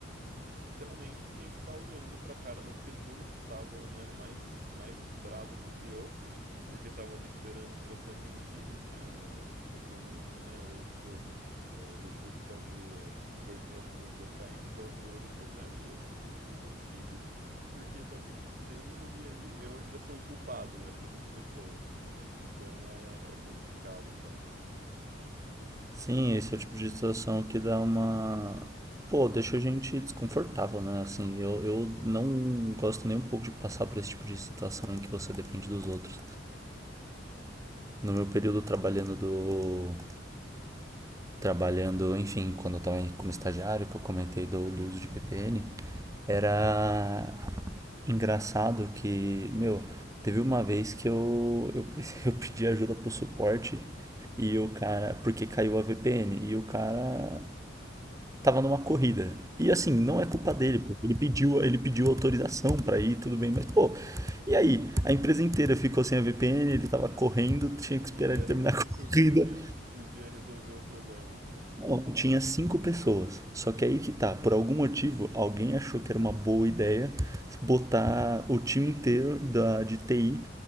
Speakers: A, on the right (about 45°); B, on the right (about 15°).
A: literalmente tinha que ficar olhando pra cara das pessoas que estavam, né, mais, mais bravas do que eu porque estava ali esperando para ser atendida, tinha um compromisso, né? Ou, pô, é, deixou de fazer coisas que precisava fazer no dia para ir no banco resolver algum problema e eu simplesmente não consigo porque está sem sistema e aí eu ainda sou o culpado, né, para essas pessoas. Então é, é complicado, cara.
B: sim, esse é o tipo de situação que dá uma. Pô, deixa a gente desconfortável, né? Assim, eu, eu não gosto nem um pouco de passar por esse tipo de situação em que você depende dos outros. No meu período trabalhando do, trabalhando, enfim, quando eu estava como estagiário, que eu comentei do, do uso de VPN, era engraçado que, meu, teve uma vez que eu, eu, <laughs> eu pedi ajuda pro suporte e o cara, porque caiu a VPN, e o cara tava numa corrida. E assim, não é culpa dele, porque ele pediu, ele pediu autorização para ir, tudo bem, mas pô, e aí? A empresa inteira ficou sem a VPN, ele tava correndo, tinha que
A: E
B: esperar
A: ele era
B: ele terminar
A: o único
B: a <laughs>
A: que,
B: corrida
A: que podia resolver o problema,
B: Bom, tinha cinco pessoas. Só que aí que tá, por algum motivo, alguém achou que era uma boa ideia botar o time inteiro da, de TI